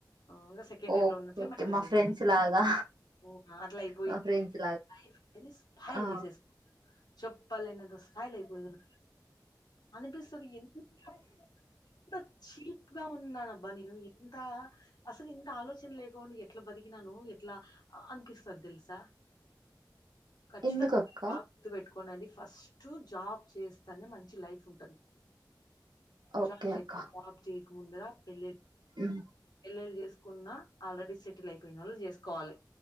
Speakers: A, on the left; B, on the right.
A: ఇంగా సెకండ్
B: ఓకే
A: ఇయర్ లో ఉన్నట్లే
B: ఓకే
A: మ్యారేజ్
B: మా
A: అయిపోంది
B: ఫ్రెండ్స్ లాగా
A: ఓ అట్లా అయిపోయింది
B: మా ఫ్రెండ్స్ లాగా
A: లైఫ్ అనేది స్పాయిల్
B: ఆ
A: చేసేసుకున్న. చెప్ ప్పలేనంత స్పాయిల్ అయిపోయింది అనిపిస్తది ఎందుకింత ఎంత చీప్ గా ఉన్నాను అబ్బా నేను ఇ ఇంత అసలు ఇంత ఆలోచన లేకోని ఎట్లా బతికినాను ఎట్లా అనిపిస్తాది తెలుసా. ఖచ్చితంగా
B: ఎందుకు అక్క
A: బాగా గుర్తు పెట్టు. కోనండి ఫస్ట్ జాబ్ చేస్తానే మంచి లైఫ్ ఉంటది.
B: ఓకే
A: జాబ్ చే
B: అక్క
A: జాబ్ చేయక ముందర పెళ్లి
B: ఉమ్
A: పెళ్లిలు చెస్. కున్నా ఆల్రెడీ సెటిల్ అయిపోయినోళ్లను చేసుకోవాలి.